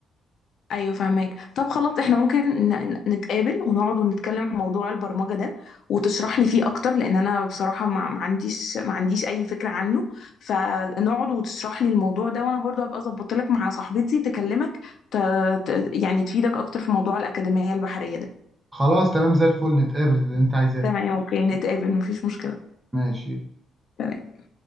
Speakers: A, on the left; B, on the right.
A: ايوه فاهمك طب خلاص احنا ممكن ن- نتقابل ونقعد ونتكلم في موضوع البرمجه ده وتشرح لي فيه اكتر لان انا بصراحه ما ما عنديش ما عنديش اي فكره عنه فنقعد وتشرح لي الموضوع ده وانا برضو هبقى ظبطت لك مع صاحبتي تكلمك ت... ت... يعني تفيدك اكتر في موضوع الاكاديميه البحريه ده
B: خلاص تمام زي الفل نتقابل اللي انت عايزاه
A: تمام اوكي نتقابل مفيش مشكله
B: ماشي
A: تمام